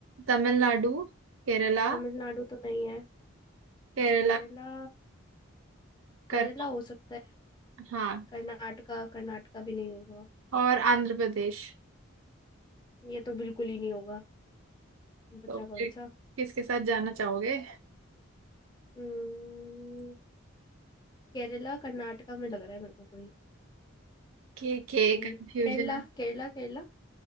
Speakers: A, on the right (about 70°); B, on the left (about 20°).
A: Tamil Nadu Kerala
B: तमिलनाडु तो नहीं है
A: Kerala
B: केरला
A: कर
B: केरला हो सकता है
A: हाँ
B: कर्नाटका कर्नाटका भी नहीं होगा
A: और आंध्र प्रदेश
B: ये तो बिल्कुल ही नहीं होगा बचा
A: तो
B: कौन
A: फिर
B: सा
A: किसके साथ जाना चाहोगे
B: हम्म, केरला कर्नाटका में लग रहा है मेरे को कोई
A: के के
B: हम्म,
A: कंफ्यूजन
B: केरला केरला केरला